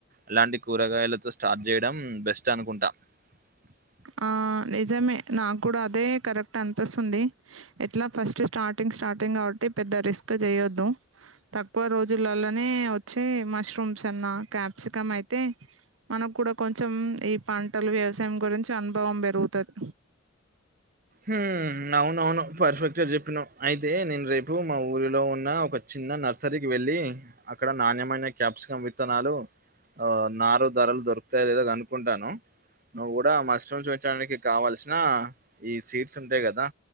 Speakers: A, on the right; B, on the right.
A: అలాంటి కూరగాయలతో స్టార్ట్ జేయడం బెస్ట్ అనుకుంటా ఎ
B: ఆ నిజమే నాకు కూడా అదే కరెక్ట్ అనిపిస్తుంది ఎట్లా ఫస్ట్ స్టార్టింగ్ ఇంక స్టార్టింగ్ కాబట్టి పెద్ద రిస్క్ చేయొద్దు. తక్కువ రోజులలోనే వచ్చే మష్రూమ్స్ అన్నా, క్యాప్సికమ్ అయితే మనకు కూడా కొంచెం ఈ పంటలు వ్యవసాయం గురించి అనుభవం పెరుగుతది.
A: మ్ అవునవును పర్ఫెక్ట్ గా చెప్పినావ్ అయితే నేను రేపు మా ఊరిలో ఉన్న ఒక చిన్న నర్సరీకి వెళ్ళి అక్కడ నాణ్యమైన క్యాప్సికం విత్తనాలు ఆ నారు ధరలు దొరుకుతాయి లేదో కనుకుంటాను. నువ్వు కూడా మష్రూమ్స్ పెంచడానికి కావల్సిన ఈ స్వీడ్స్ ఉంటాయి కదా